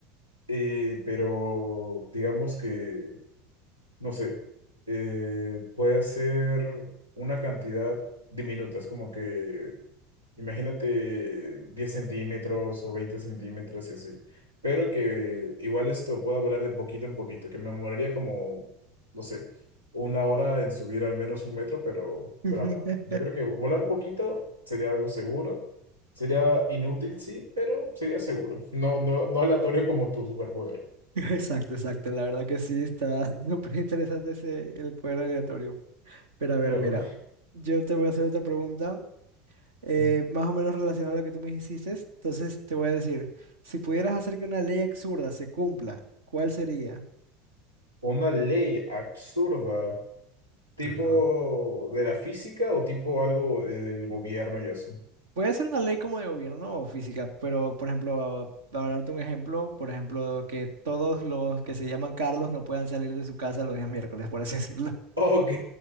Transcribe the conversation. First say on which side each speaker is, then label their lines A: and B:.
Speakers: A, on the right; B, on the right.
A: eh, pero digamos que, no sé, eh, puede ser una cantidad diminuta, es como que Imagínate 10 centímetros o 20 centímetros y así. Pero que igual esto pueda volar de poquito en poquito, que me demoraría como, no sé, una hora en subir al menos un metro, pero,
B: <laughs>
A: pero ajá. Yo creo que volar poquito sería algo seguro. Sería inútil, sí, pero sería seguro. No, no, no aleatorio como tu superpoder.
B: Exacto, exacto, la verdad que sí, está <laughs> súper interesante ese, el poder aleatorio. Pero a ver,
A: Claro.
B: mira, yo te voy a hacer otra pregunta, eh,
A: Ujú.
B: más o menos relacionada a lo que tú me hiciste, entonces te voy a decir, si pudieras hacer que una ley absurda se cumpla, ¿cuál sería?
A: Una ley absurda, tipo
B: Ajá.
A: de la física o tipo algo eh, del gobierno y eso.
B: Puede ser una ley como de gobierno o física, pero por ejemplo, para darte un ejemplo, por ejemplo, que todos los que se llaman Carlos no puedan salir de su casa los días miércoles, por así decirlo.
A: Ok,